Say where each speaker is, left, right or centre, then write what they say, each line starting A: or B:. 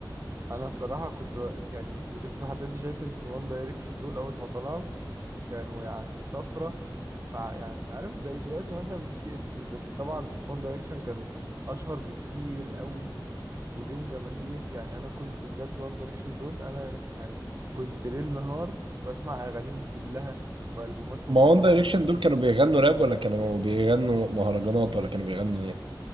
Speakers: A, on the right; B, on the right.
A: انا الصراحه كنت ب- يعني ولسه لحد دلوقتي شايف ان وان دايركشن دول اول ما طلعوا كانوا يعني طفرة فيعني عارف زي دلوقتي مثلا بي تي اس بس طبعا وان دايركشن كانوا أشهر بكتير قوي وليهم جماهير يعني أنا كنت بجد وان دايركشن دول أنا يعني كنت ليل نهار بسمع أغانيهم كلها وألبوماتهم
B: ما
A: كلها
B: وان دايركشن دول كانوا بيغنوا راب ولا كانوا بيغنوا مهرجانات ولا كانوا بيغنوا إيه